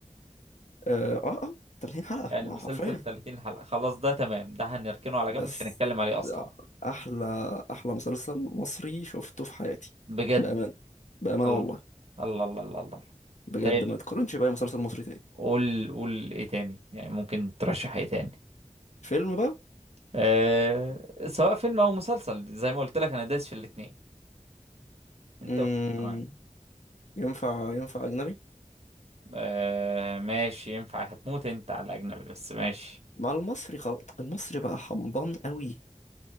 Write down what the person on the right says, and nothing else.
يعني
المسلسل
30 حلقة خلاص ده تمام ده هنركنه على
جنب مش هنتكلم عليه اصلا
بجد
الله
الله الله الله, الله.
حلو
قول قول ايه تاني يعني ممكن ترشح ايه تاني
أه... سواء فيلم او مسلسل زي ما قلت لك انا دايس في الاتنين انت
قول معايا.
آه ماشي ينفع هتموت انت على الاجنبي بس ماشي